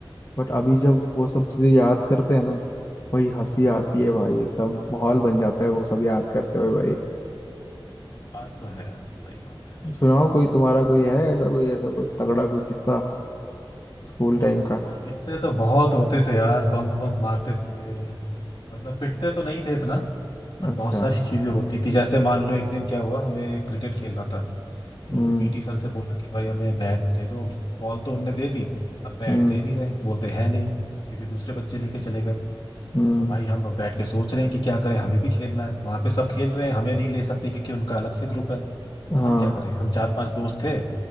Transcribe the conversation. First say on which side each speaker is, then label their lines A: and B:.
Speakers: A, on the left; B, on the left.
A: बट अभी जब वो सब चीजें याद करते हैं ना भाई हंसी आती है भाई एकदम माहौल बन जाता है वो सब याद करते हुए भाई
B: बात तो है यार सही बात है
A: सुनाओ कोई तुम्हारा कोई है ऐसा कोई ऐसा कोई तगड़ा कोई किस्सा स्कूल टाइम का
B: इससे तो बहुत होते थे यार बंक बंक मारते थे मतलब पिटते तो नहीं थे इतना बट
A: अच्छा
B: बहुत सारी <laughs> चीजें होती थी जैसे मान लो एक दिन क्या हुआ हमें क्रिकेट खेलना था तो
A: हम्म
B: पीटी सर से बोला कि भाई हमें बैट दे दो बॉल तो उनने दे दी अब बैट
A: हम्म
B: दे नहीं रहे बोलते हैं नहीं क्योंकि दूसरे बच्चे लेके चले गए
A: हम्म
B: तो भाई हम अब बैठ के सोच रहे हैं कि क्या करें हमें भी खेलना है वहां पे सब खेल रहे हैं हमें नहीं ले सकते क्योंकि उनका अलग से ग्रुप है
A: हाँ
B: तो हम क्या करें हम चार पांच दोस्त थे